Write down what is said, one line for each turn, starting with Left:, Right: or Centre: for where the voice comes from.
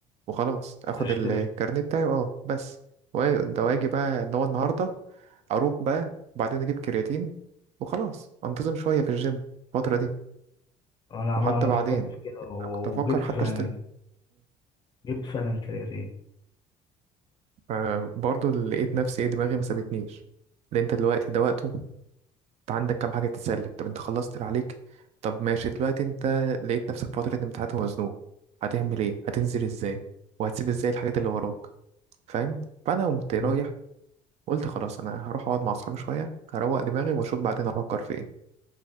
Right: وخلاص اخد
Left: وتشتري
Right: الكارنيه بتاعي اه بس و- ده واجي بقى ان هو النهارده اروح بقى وبعدين اجيب كرياتين وخلاص انتظم شويه في الجيم الفتره دي
Left: انا
Right: وحتى
Left: عمال انا
Right: بعدين
Left: فكرت في كده و-
Right: أنا كنت افكر
Left: وجبت
Right: حتى
Left: فعلا
Right: اشتري
Left: جبت فعلا كرياتين
Right: فبرضه اللي لقيت نفسي ايه دماغي ما سابتنيش لأن انت دلوقتي ده وقته انت عندك كام حاجة تتسلم طب انت خلصت اللي عليك طب ماشي دلوقتي انت لقيت نفسك فترة امتحانات ومزنوق هتعمل ايه هتنزل ازاي وهتسيب ازاي الحاجات اللي وراك فاهم فانا قمت رايح
Left: مم.
Right: قلت خلاص انا هروح اقعد مع اصحابي شوية هروق دماغي واشوف بعدين افكر في ايه